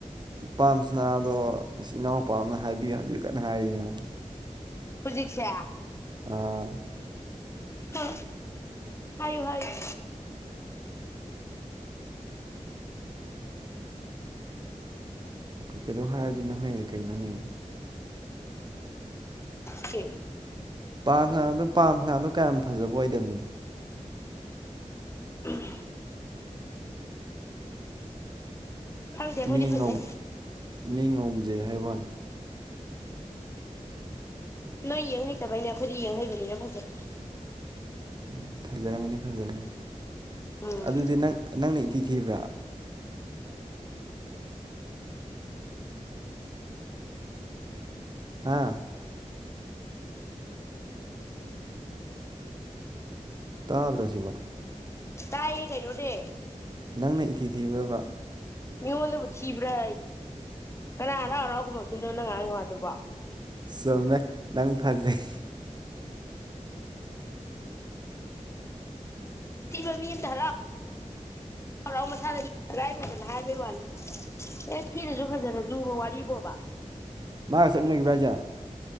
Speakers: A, on the right; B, on the left.
A: ꯄꯥꯝꯁꯅꯥꯗꯣ ꯏꯁ ꯏꯅꯥꯎꯄꯥ ꯑꯃꯅ ꯍꯥꯏꯕꯤꯌꯨ ꯍꯥꯏꯕꯤꯌꯨ ꯀꯟꯅ ꯍꯥꯏꯌꯤꯅꯦ
B: ꯍꯧꯖꯤꯛꯁꯦ
A: ꯑꯥ
B: ꯍ ꯍꯥꯏꯌꯨ ꯍꯥꯏꯌꯨ
A: ꯑꯩꯈꯣꯏ ꯀꯩꯗꯧ ꯍꯥꯏꯔꯨꯗꫭꯏꯅꯣ ꯍꯦ ꯀꯩꯅꯣꯅꯦ
B: ꯈꯦ
A: ꯄꯥꯝꯁꯅꯥꯗꫭ ꯄꯥꯝꯁꯅꯥꯗ ꫭꯀꯌꯥꯝ ꯐꯖꯕ ꯑꯣꯏꯗꯕꯅꯤꯗ
B: ꯎꯝ ꯐꯪꯗꯦ ꯈꯣꯏꯗꯤ
A: ꯃꯤ
B: ꯐꯪꯖꯦ
A: ꯉꯧ ꯃꯤ ꯉꯧꯖꯩ ꯍꯥꯏꯕꯥꯅꯤ
B: ꯅꯣꯏ ꯌꯦꯡ ꯍꯩꯇꯕꯩꯅꯦ ꯑꯩꯈꯣꯏꯗꯤ ꯌꯦꯡꯍꯩꯕꯅꯤꯅ ꯐꯖꯩ
A: ꯎꯝ ꯐꯖꯔꯝꯒꯅꯤ ꯐꯖꯔꯅꯤ
B: ꯎꯝ
A: ꯑꯗꯨꯗꯤ ꯅꯪ ꯅꯪꯅ ꯇꯤꯊꯤꯕ꯭ꯔꯥ ꯍꯥꯥ ꯇꯥꯗ꯭ꯔꯁꯤꯕꯣ
B: ꯇꯏꯌꯦ ꯀꯥꯏꯅꯣ ꯗꯦ
A: ꯅꯪꯅ ꯏꯊꯤ ꯊꯤꯈ꯭ꯔꯕ
B: ꯃꯤꯉꯣꯟꯗꯕꯨ ꯊꯤꯕ꯭ꯔꯥ ꯀꯅꯥ ꯍꯔꯥꯎ ꯍꯔꯥꯎꯒꯨꯝꯕꯛꯇꯣꯏꯅꯣ ꯅꯪ ꯉꯥꯏꯥꯡꯉ ꯋꯥꯗꯕꯣ
A: ꯁꯣꯝꯃꯦ ꯅꯪ ꯐꯖꯩ
B: ꯑꯕꯃꯤꯙꯔ ꯍꯔꯥꯎ ꯃꯁꯥꯗꯥꯏ ꯐꯗꯅ ꯍꯥꯏꯕꯩ ꯋꯥꯅꯤ ꯑꯦ ꯐꯤꯅꯁꯨ ꯐꯖꯅ ꯖꯨꯕ ꯋꯥꯔꯤꯕꯣꯕ
A: ꯃꯥꯒꯥ ꯆꯠꯃꯤꯟꯅ ꯒꯤꯕꯔꯣ ꯍꯥꯏꯖ